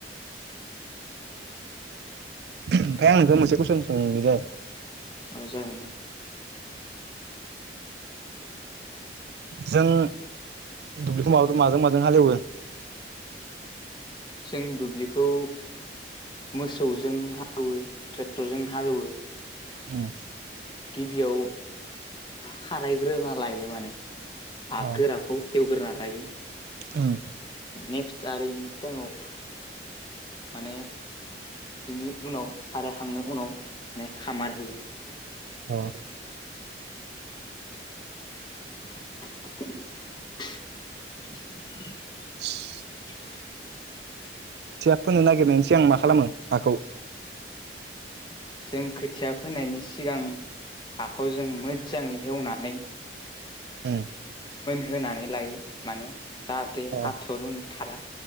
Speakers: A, on the right; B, on the left.
A: ओमफ्राय आं नोंखौ मोनसे कुइसन सोंनि दै
B: औ जागोन दे
A: जों दुब्लिखौ माबोरै माजों माजों हालेवो
B: जों दुब्लिखौ मोसौजों हालौवो ट्रेक्टरजों हालौवो
A: औ
B: गिबियाव खारायग्रोना लायो माने हा
A: अ
B: गोराखौ हेवग्रोना लायो
A: उम
B: नेक्स्ट आरो टाइमाव माने बेनि उनाव आरो हांनो उनाव माने खामार होयो
A: औ
B: <unintelligible>
A: <unintelligible>
B: <unintelligible>
A: फोननो नागिरनायसै आं मा खालामो हाखौ
B: जों खोथिया फोनायनि सिगां हाखौ जों मोजाङै हेवनानै
A: उम
B: होनानै लायो माने जाहाथे हाथ'
A: अ
B: रुनु थाया